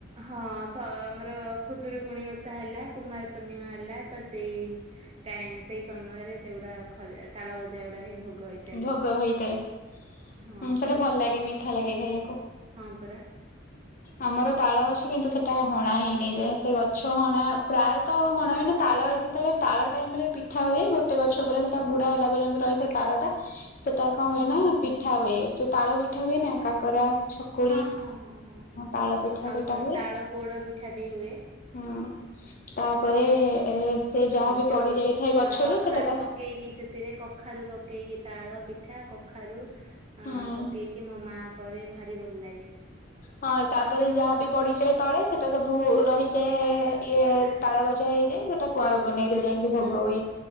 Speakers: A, on the right; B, on the left.
A: ହଁ ସା ଆମର। ଖୁଦରୁକୁୁଣି ଓଷା ହେଲା କୁମାର ପୂର୍ଣ୍ଣିମା ହେଲା ତ ସେଇ ଟାଇମ୍ ସେଇ ସମୟରେ ସେଗୁଡା ଖଜା ତାଳ ଗଜା ଗୁଡା ହିଁ ଭୋଗ। ହେଇଥାଏ
B: ଭୋଗ ହୋଇଥାଏ। ହୁଁ
A: ହଁ
B: ସେଟା ଭଲ ଲାଗେ। ମିଠା ଲାଗେ ଖାଇବାକୁ।
A: ହଁ ପରା।
B: ଆମର ତାଳ ଅଛି କିନ୍ତୁ ସେଟା ହଣା ହେଇନି ଏ ଯାଏଁ ଯେ ସେ ଗଛ ହଣା ପ୍ରାୟତଃ ହଣା ହୁଏନ ତାଳ ହେଇକି ଯେତେବେଳେ ତାଳ ଟାଇମ ରେ ପିଠା ହୁଏ ଗୋଟେ ଗଛ ପୁରା ସେଟା ବୁଢା ହେଲା ପର୍ଯ୍ୟନ୍ତ ରହେ ସେ ତାଳ ଟା। ସେଟା କଣ
A: ହଁ
B: ହୁଏ ନା
A: ହଁ
B: ପି ହୁଏ ଯଉ ତାଳ ପିଠା ହୁଏ ନା କାକରା ଚକୁଳି
A: ହଁ ହଁ ହଁ ହଁ ହଁ
B: ତାଳ ପିଠା
A: ଆଉ
B: ସେଟା
A: ପୁଣି ତାଳ ପୋଡ ପିଠା ବି ହୁଏ।
B: ହଁ ତାପରେ ଏ ସେ ଯାହାବି
A: ହଁ ଯୋଉ
B: ପଡି ଯାଇଥାଏ ଗଛରୁ
A: ଆଁ କଖାରୁ
B: ସେଟା ତା
A: ପକେଇକି ସେଥିରେ କଖାରୁ ପକେଇକି ତାଳ ପିଠା କଖାରୁ। ଉଁ
B: ହୁଁ
A: ପକେଇକି ମୋ ମା କରେ ଭାରି ଭଲ ଲାଗେ।
B: ହଁ ତାପରେ ଯାହା ବି ପଡିଯାଏ ତଳେ ସେଟା ସବୁ ରହିଯାଏ ଇଏ ତାଳ ଗଜା ହେଇଯାଏ। ସେଟା କୁଆଁରପୁନେଇଁ ରେ ଯାଇଁକି ଭୋଗ ହୁଏ।